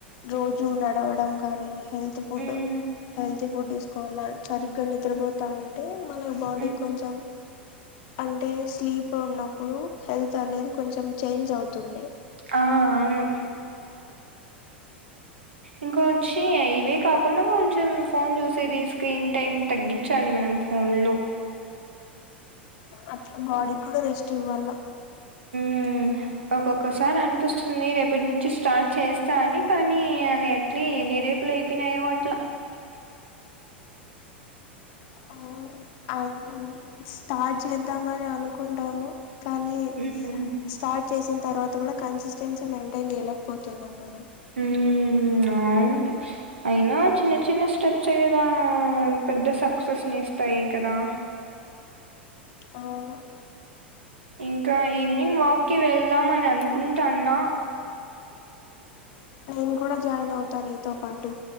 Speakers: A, on the left; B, on the right.
A: రోజు నడవడం కానీ హెల్త్ ఫుడ్
B: హ్మ్.
A: హెల్త్ ఫుడ్ తీసుకోవాల సరిగ్గా నిద్రపోతా ఉంటే మన బాడీ
B: హ్మ్.
A: కొంచెం అంటే స్లీప్ ఉన్నప్పుడు హెల్త్ అనేది కొంచెం చేంజ్ అవుతుంది
B: ఆ అవును ఇంకాచ్చ ఇ ఇవే కా ఉ కొంచెం ఫోన్ చెస్ సది స్క్రీన్ టైం తగ్గించాలి మనం ఫోన్ లో
A: అే బాడీ కూడా రెస్ట్ ఇవ్వాలా
B: ఉమ్. ఒకోక్క సార్ అనిపిస్తుంది, రేపటి నుంచి స్కూ. స్టార్ట్ చేస్తా అని, కానీ అది ఎట్లీ ఎన్ని రేపులు అయిపోయినాయో అట్లా.
A: <unintelligible> ఆ స్టార్ట్ చేద్దామని అనుకుంటాము. కానీ
B: హ్మ్.
A: స్టార్ట్ చేసింద్. తర్వాత గూడా కన్సిస్టెన్సీ మెయింటైన్ చేయలేకపోతున్నాం మనం.
B: హుమ్మ్. హుమ్మ్ అవును. అయినా చిన్న చిన్న స్టెప్స్ కదా పెద్ద స. సక్సెస్ని ఇస్తాయి కదా.
A: అవును.
B: ఇంకా ఈవినింగ్ వాక్ కి వెళ్దాం అని అనుకుంటాన్నా.
A: అవున్. కూడా జాయిన్ అవుతా, నీతో పాటు.